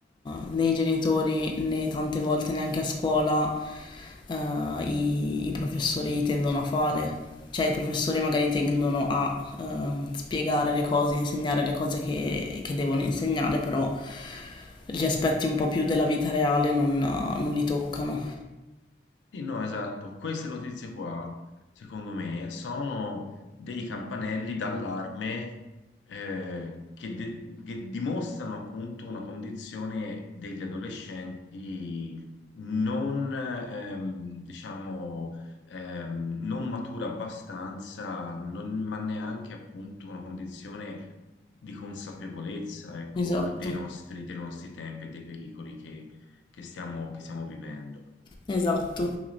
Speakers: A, on the left (about 25°); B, on the left (about 85°).
A: né i genitori né tante volte neanche a scuola eh, i, i professori tendono a fare. Cioè i professori magari tendono a ehm, spiegare le cose, insegnare le cose che, che devono insegnare, però gli aspetti un po' più della vita reale non non li toccano.
B: Sì, no, esatto. Queste notizie qua, secondo me, sono dei campanelli d'allarme eh, che, de- che dimostrano appunto una condizione degli adolescenti non, ehm, diciamo, ehm, non matura abbastanza, non- ma neanche appunto una condizione di consapevolezza, ecco,
A: Esatto,
B: dei nostri, dei nostri tempi e dei pericoli che che stiamo che stiamo vivendo.
A: esatto.